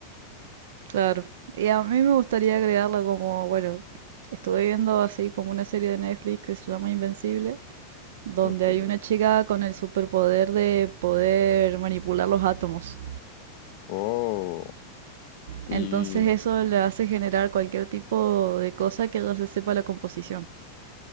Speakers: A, on the right; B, on the left.
A: claro. Y a mí me gustaría agregarla como, bueno, estuve viendo así como una serie de Netflix que se llama Invencible, donde
B: Ok.
A: hay una chica con el superpoder de poder manipular los átomos.
B: Oh, y...
A: Entonces eso le hace generar cualquier tipo de cosa que ella se sepa la composición.